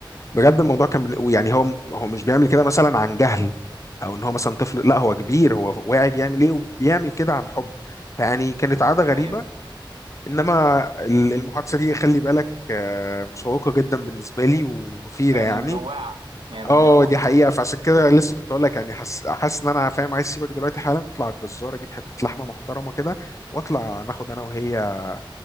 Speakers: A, on the left; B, on the right.
A: بجد الموضوع كان بن- يعني هو هو مش بيعمل كده مثلا عن جهل أو إن هو مثلا طفل لا هو كبير هو واعي بيعمل إيه وبيعمل كده عن حب فيعني كانت عادة غريبة
B: ايوه
A: انما ال- المحادثه دي خلي بالك آه، مشوقه جدا بالنسبه لي ومثيره
B: هي
A: يعني
B: مجوعه هي بتجوع
A: اه دي حقيقه فعشان كده لسه كنت اقول لك يعني حاسس حاسس ان انا فاهم عايز اسيبك دلوقتي حالا اطلع على الجزار اجيب حته لحمه محترمه كده واطلع ناخد انا وهي آه،